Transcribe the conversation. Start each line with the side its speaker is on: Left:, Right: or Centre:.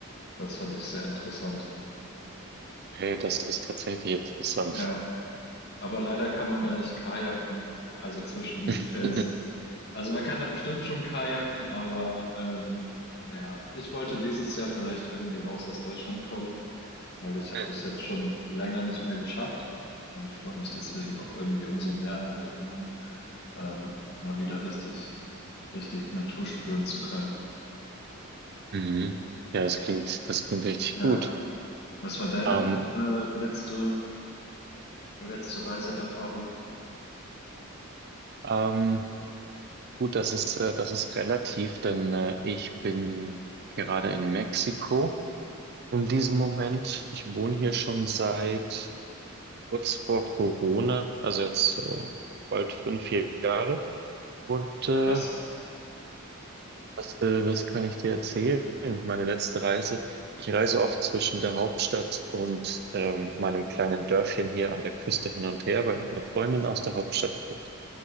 Left: Das fand ich sehr interessant.
Right: Okay, das ist tatsächlich interessant.
Left: Ja, aber leider kann man da nicht kajaken, also zwischen diesen Felsen.
Right: <laughs>
Left: Also man kann da bestimmt schon kajaken, aber ähm, naja, ich wollte dieses Jahr vielleicht irgendwie raus aus Deutschland kommen, weil ich habe
Right: Mhm.
Left: das jetzt schon länger nicht mehr geschafft und freue mich deswegen auch irgendwie umso mehr halt irgendwann ähm, mal wieder richtig, richtig Natur spüren zu können.
Right: Mhm. Ja, das klingt, das klingt richtig
Left: Ja,
Right: gut.
Left: was war deine
Right: Ähm,
Left: äh, letzte, letzte Reiseerfahrung?
Right: ähm, Gut, das ist, äh, das ist relativ, denn äh, ich bin gerade in Mexiko in diesem Moment. Ich wohne hier schon seit kurz vor Corona, also jetzt äh, bald fünf Jahre. Und
Left: Oh,
Right: äh,
Left: krass.
Right: was, äh, was kann ich dir erzählen? Meine letzte Reise. Ich reise oft zwischen der Hauptstadt und ähm, meinem kleinen Dörfchen hier an der Küste hin und her, weil meine Freundin aus der Hauptstadt kommt.